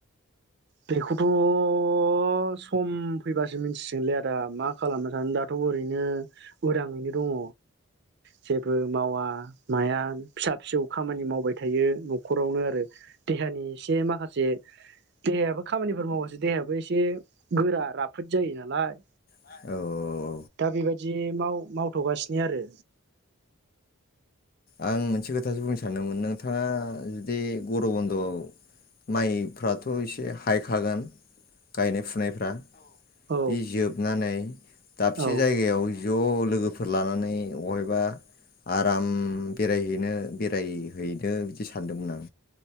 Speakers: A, on the right; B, on the left.
A: बेखौथ' सम फैबासो मिन्थिसिगोनलै आदा मा खालामना थानो दाथ' ओरैनो उदाङैनो दङ' जेबो मावा माया फिसा फिसौ खामानि मावबाय थायो न' खरावनो आरो देहानि एसे माखासे देहायाबो खामानिफोर मावबासो देहायाबो एसे गोरा राफोद जायो नालाय।
B: <unintelligible>
A: दा बे बाय दि माव मावथ'गासिनो आरो।
B: आं मोनसे खोथासो बुंनो सानदोंमोन नोंथाङा जुदि गर' बन्द'आव माइफ्राथ' एसे हायखागोन। गायनाय फुनायफ्रा इ
A: औ
B: जोबनानै दाबसे
A: औ
B: जायगायाव ज' लोगोफोर लानानै अहायबा आराम बेरायहैनो बेरायहैनो बिदि सानदोंमोन आं।